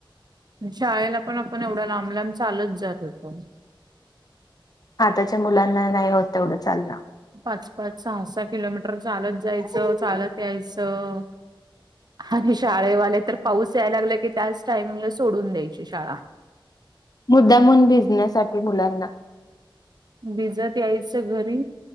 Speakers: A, on the right; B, on the left.
A: शाळेला पण आपण एवढा लांब लांब चालत जात होतो
B: हा त्याच्या मुलांना नाही होत तेवढं चाललं
A: पाच पाच सहा सहा किलोमीटर चालत जायचं चालत यायचं आणि शाळेवाले तर पाऊस यायला लागला की त्याच टायमिंगला सोडून द्यायची शाळा
B: मुद्दा म्हून बिझनेससाठीठी मुलांना
A: भिजत यायचं घरी